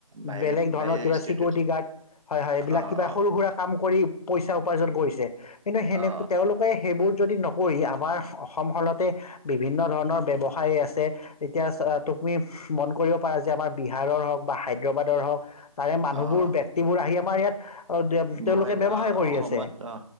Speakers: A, on the right; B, on the left.
A: বাহিৰ
B: বেলেগ ধৰণৰ
A: বাহিৰৰ
B: কিবা
A: ষ্টেটত
B: চিকিউৰিটি গাৰ্ড হয় হয় এইবিলাক
A: অ অ
B: কিবা সৰু সুৰা কাম কৰি পইচা উপাৰ্জন কৰিছে। যে কিন্তু সেনেক
A: অ
B: তেওঁলোকে সেইবোৰ যদি ন কৰি আমাৰ অসম খনতে বিভিন্ন ধৰণৰ ব্যৱহাৰ খাই আছে এতিয়া তুমি- মন কৰিব পাৰা যে আমাৰ বিহাৰৰ হওক বা হায়দৰাবাদৰ হওক তাৰে মানুহবোৰ
A: অ অ
B: ব্যক্তিবোৰ আহি। আমাৰ ইয়াত তেওঁলোকে
A: গুৱাহাটী
B: ব্যৱসায়
A: অ
B: কৰি
A: অসমত
B: আছে
A: অ